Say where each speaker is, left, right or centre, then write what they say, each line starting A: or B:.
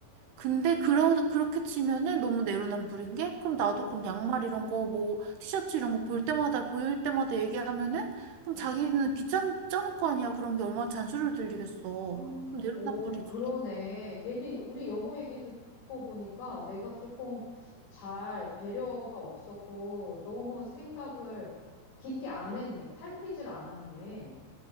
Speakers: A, on the right (about 70°); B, on the left (about 85°).
A: 근데 그러, 그렇게 치면은 너무 내로남불인 게 그럼 나도
B: 어,
A: 그럼 양말 이런 거 뭐 티셔츠 이런 거 볼 때마다 보일 때마다 얘기하면은 그럼
B: 어.
A: 자기는 귀찮, 귀찮을 거 아니야. 그런 게 얼마나 잔소리를 들리겠어.
B: <gasps>
A: 그럼 내로남불이지.
B: 오, 그러네. 얘기, 우리 여보 얘기 듣고 보니까 내가 조금 잘 배려가 없었고 너무 생각을 깊게 안 했네. 살피질 않았네.